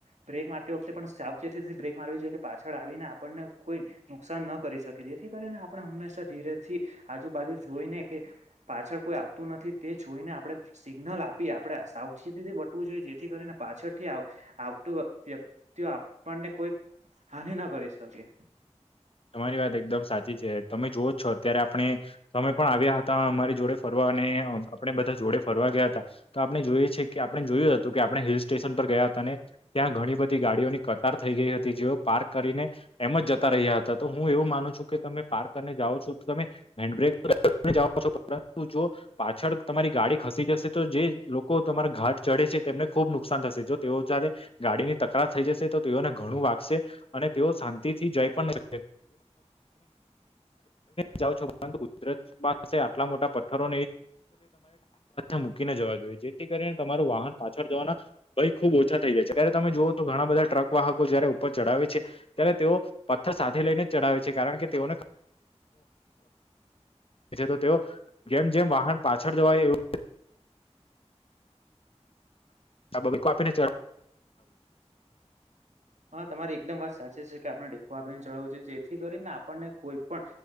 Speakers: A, on the right; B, on the left.
A: બ્રેક મારતી વખતે પણ સાચેતીથી બ્રેક મારવી જોઈએ પાછળ આવીને આપને કોઈ નુકસાન ન કરી શકે જેથી કરીને આપણે હંમેશા ધીરે થી આજુબાજુ જોઈને પાછળ કોઈ આવતું નથી તે જોઈને આપણે સિગ્નલ આપી આપણે સાવચેતીથી વટવું જોઈએ કરીને પાછળથી આવતું વ્યક્તિઓ આપણને કોઈ હાનિ ના કરીશ <unintelligible>
B: તમારી વાત એકદમ સાચી છે તમે જોઓ છો અત્યારે આપણે તમે પણ આવ્યા હતા અમારી જોડે ફરવા અને આપણે બધા જોડે ફરવા ગયા હતા તો આપણે જોઈએ છે કે આપણે જોયું હતું કે આપણે હિલ સ્ટેશન પર ગયા અને ત્યાં ઘણી બધી ગાડીઓની કતાર થઈ ગઈ હતી જેઓ પાર્ક કરીને એમ જ જતા રહ્યા હતા. તો હું એવું માનું છું કે તમે પાર્ક કરીને જાઓ છો તો તમે હેન્ડબ્રેક જાઓ છો પરંતુ જો પાછળ તમારી ગાડી ખસી જશે તો જે લોકો તમારા ઘાટ ચડે છે તેમને ખુબ નુકસાન થશે જો તેઓ ગાડીની તકરાર થઈ જશે તો તેઓને ઘણું વાગશે અને તેઓ શાંતિ થી જઈ પણ <unintelligible> ત છો પરુ કુદરત પાસે આટલા મોટા પથ્થરો મકીને જવા જોઈએ જેથી કરીને તમારું વાહન પાછળ જવાના ખબ ઓછા થઈ જાય છે જ્યારે તમે જોુઓ તો ઘણા બધા ટ્રક વાહકો જયારે ઉપર ચઢાવે છે ત્યારે તેઓ પથ્થર સાથે લઈને ચડાવે છે કારણ કે તેઓને તો તેઓ જેમ જેમ વાહન પાછળ જવાય એવું આ બાબકો આપીને ચ
A: હા તમારી એકદમ વાત સાચી છે કે આપણે ટેકો આપીને ચળવું જોઈએ જેથી કરીને આપણને કોઈ પણ